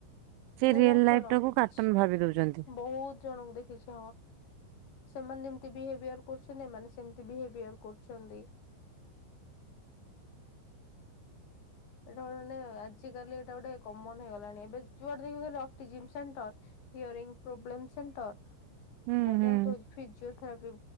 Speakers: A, on the right; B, on the left.
A: ସେ
B: ବୋହୁତ
A: ରିଅଲ ଲାଇଫ
B: ଜଣ
A: ଟାକୁ
B: ଦେଖିଚି
A: କାର୍ଟୁନ ଭାବି ଦଉଛନ୍ତି।
B: ବୋହୁତ। କଣ ଦେଖିଛ? ସେମାନେ ଯେମିତି ବିହେଭିୟର କରୁଛନ୍ତି ଏମାନେ ସେମତି ବିହେଭିୟର କରୁଛନ୍ତି। ଏଟା ମାନେ ମାନେ ଆଜିକାଲି ଏଟା ଗୋଟେ କମନ ହେଇଗଲାଣି ଏବେ ଯୁଆଡ଼େ ଦେଖିବ ଖାଲି ଅଟିଯିମ୍ ସେଣ୍ଟର। ହିୟରିଂ ପ୍ରୋବ୍ଲେମ ସେଣ୍ଟର
A: ହୁଁ
B: ବୋହୁତ
A: ହୁଁ।
B: ହୋଉଚି। ଫିଜିଓଥେରାପି